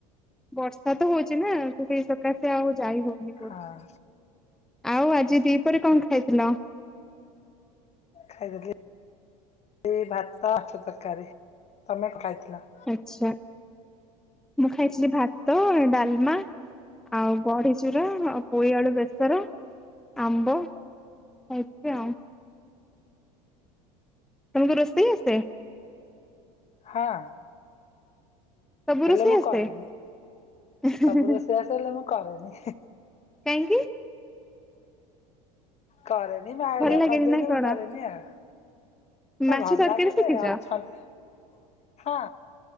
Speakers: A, in the centre; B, on the left.
A: ବର୍ଷା ତ ହଉଚି ନା ତ ସେଇ ସକାଶେ ଆଉ ଯାଇ ହଉନି।
B: ହଁ।
A: ହଉ ଆଜି ଦିପରେ କଁ ଖାଇଥିଲ?
B: ଖାଇଦେଇଥିଲି ଏଇ ଭାତ ମାଛ ତରକାରୀ, ତମେ କଣ ଖାଇଥିଲ?
A: ଆଚ୍ଛା। ମୁଁ ଖାଇଛିଲି ଭାତ, ଡ଼ାଲମା ଆଉ ବଡିଚୁରା ଅ ପୋଇଆଳୁ ବେସର, ଆମ୍ବ ଖାଇଛି ଆଉ। ତମକୁ ରୋଷେଇ ଆସେ?
B: ହଁ।
A: ସବୁ
B: ହେଲେ
A: ରୋଷେଇ
B: ମୁଁ
A: ଆସେ?
B: କରେନି
A: ଇ ହି
B: ସବୁ
A: ହି ହି
B: ରୋଷେଇବାସ ହେଲେ ମୁଁ କରେନି
A: କାଇଁକି?
B: କରେନି ଭାଇରିଆ
A: ଭଲ ଲାଗେନି
B: କରିଦିଅନ୍ତି
A: ନା କଣ
B: ମୁଁ କରେନି ଆଉ।
A: ମାଛ
B: ଏ ଭଲ୍
A: ତରକାରୀ
B: ଲାଗେ
A: ଶିଖିଛ?
B: ଯେ ଅଛନ୍ତି, ହଁ